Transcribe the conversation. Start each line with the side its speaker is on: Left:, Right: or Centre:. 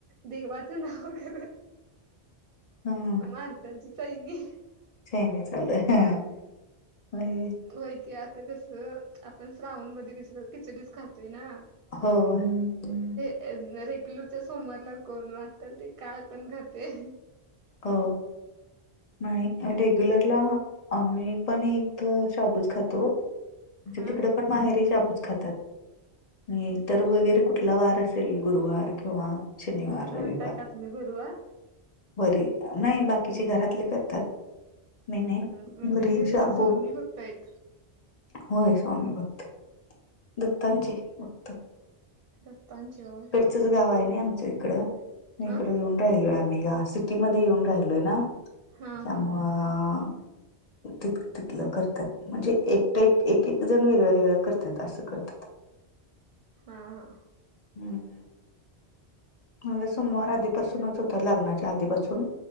Right: देवाच नाव खर
Left: हम्म.
Right: माणसा ची चैनी
Left: काय नाही चाललंय हां हा ये
Right: होयं की आता कसं आपण श्रावण मध्ये कस खिचडीच खातोय ना
Left: हो ह, ह
Right: अं रेग्युलरच्या सोमवारला कोण वाटल ते काय पण खातंय.
Left: क नाही म रेग्युलरला आम्ही पण इथं शाबूच खातो म्हणजे
Right: हा
Left: तिकडे पण माहेरी शाबूच खातात. आणि इतर वगैरे कुठला वार असेल गुरुवार किंवा शनिवार रविवार
Right: धरताय का तुम्ही गुरुवार?
Left: वरी नाही बाकीचे घरातले करतात. नाही, नाही.
Right: हं, म्हणजे
Left: वरी आणि शाबू.
Right: स्वामी भक्त आहेत
Left: होय स्वामीभक्त दत्तांचे भक्त
Right: दत्तांची वार
Left: चच गाव आहे नाही आमचं इकडं. मी इकडं
Right: अं?
Left: येऊन राहिलोय आम्ही या सिट तीमध्ये येऊन राहिलोय ना.
Right: हा
Left: त्यामुळं
Right: हा
Left: तित-तिथलं करतात म्हणजे एकट्या एक-एक जण वेगळ वेगळ करत्यात असं करतात.
Right: हा, हा.
Left: हम्म. माझा सोमवार
Right: बाबा
Left: आधीपासूनच होता, लग्नाच्या आधीपासून.